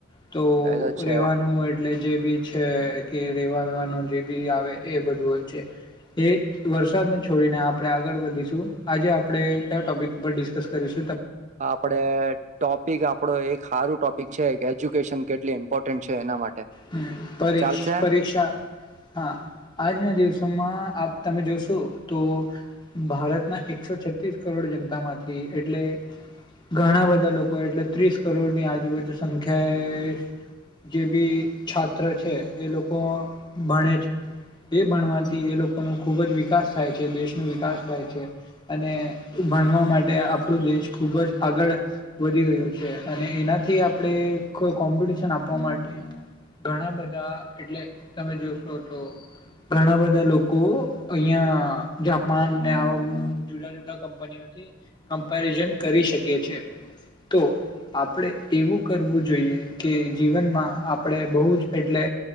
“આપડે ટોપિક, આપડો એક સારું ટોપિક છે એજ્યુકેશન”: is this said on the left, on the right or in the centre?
Right